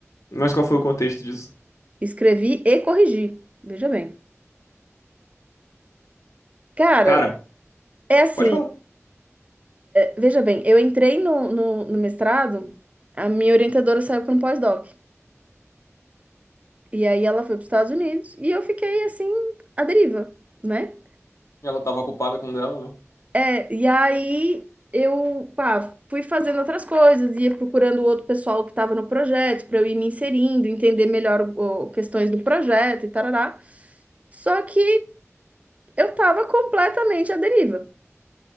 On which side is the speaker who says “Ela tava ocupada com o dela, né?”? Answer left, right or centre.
Left